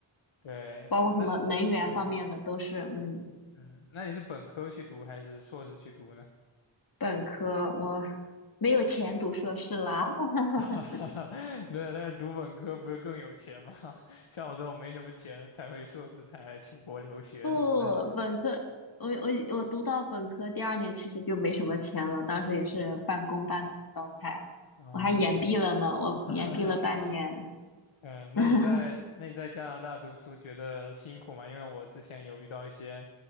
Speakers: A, on the left (about 75°); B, on the left (about 45°).
A: 对，
B: 包括什么能源方面的都是，
A: 那，嗯
B: 嗯，
A: 嗯，那你是本科去读还是硕士去读呢？
B: 本科我没有钱读硕士啦。<laughs>
A: <laughs> 对，但是读本科不是更有钱吗？<laughs> 像我这种没什么钱的才会硕士才出国留学什么的
B: 不，本科我我我读到本科第二年，其实就没什么钱了，当时也是半工半读的状态，
A: 啊。
B: 我还延毕了呢，我延毕了半年。
A: <laughs> 嗯，那你在那你在加拿大读书觉得辛苦吗？
B: <laughs>
A: 因为我之前有遇到一些